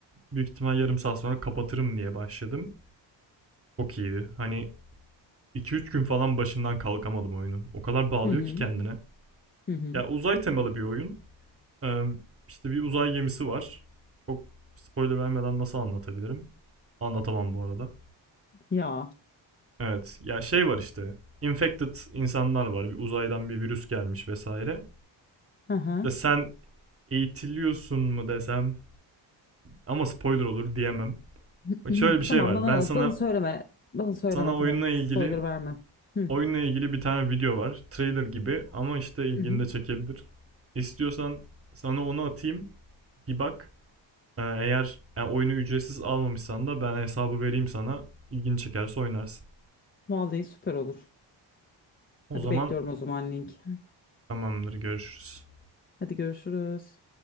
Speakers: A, on the right; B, on the left.
A: Büyük ihtimal yarım saat sonra kapatırım diye başladım. Çok iyiydi. Hani iki üç gün falan başından kalkamadım oyunun. O kadar bağlıyor
B: Hı hı.
A: ki kendine.
B: Hı hı.
A: Ya uzay temalı bir oyun. Ee, işte bir uzay gemisi var. Çok spoiler vermeden nasıl anlatabilirim? Anlatamam bu arada.
B: Ya.
A: Evet, ya şey var işte. Infected insanlar var. Bir uzaydan bir virüs gelmiş vesaire.
B: Hı hı.
A: Ve sen eğitiliyorsun mu desem ama spoiler olur diyemem.
B: <clears throat>
A: Bak şöyle bir şey
B: Tamam
A: var.
B: bana
A: Ben sana
B: bana söyleme. Bana söyleme
A: sana
B: tamam.
A: oyunla ilgili
B: Spoiler verme. Hı.
A: oyunla ilgili bir tane video var. Trailer gibi ama işte ilgini
B: Hı hı.
A: de çekebilir. İstiyorsan sana onu atayım. Bir bak. Ee, Eğer yani oyunu ücretsiz almamışsan da ben hesabı vereyim sana. İlgini çekerse oynarsın.
B: Vallahi süper olur.
A: O
B: Hadi
A: zaman
B: bekliyorum o zaman link.
A: tamamdır, görüşürüz.
B: Hadi görüşürüz.